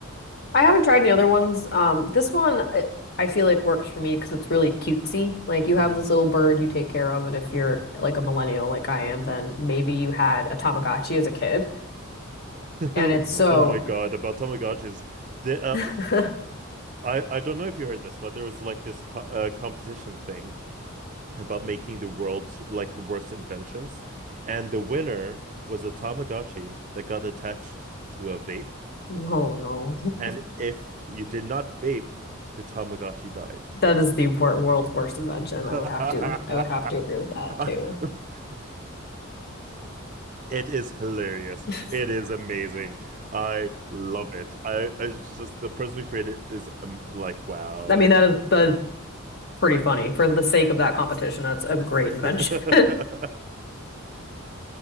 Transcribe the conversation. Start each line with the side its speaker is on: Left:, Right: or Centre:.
Left: I haven't tried any other ones. Um, this one I, I feel like works for me because it's really cutesy. Like you have
Right: Mm.
Left: this little bird you take care of, and if you're like a millennial like I am, then maybe you had a Tamagotchi as a kid,
Right: <laughs>
Left: and it's so.
Right: Oh my God, about Tamagotchis. The, uh,
Left: <laughs>
Right: I I don't know if you heard this, but there was like this co uh, competition thing about making the world's like the worst inventions, and the winner was a Tamagotchi that got attached to a vape,
Left: Oh no.
Right: and if you did not vape, the Tamagotchi died.
Left: That is the wor world's worst invention.
Right: <laughs>
Left: I would have to I would have to agree with that too.
Right: It is hilarious.
Left: <laughs>
Right: It is amazing. I love it. I I just, just the person who created it is um, like wow.
Left: I mean, that is that's pretty funny. For the sake of that competition, that's a great invention.
Right: <laughs>
Left: <laughs>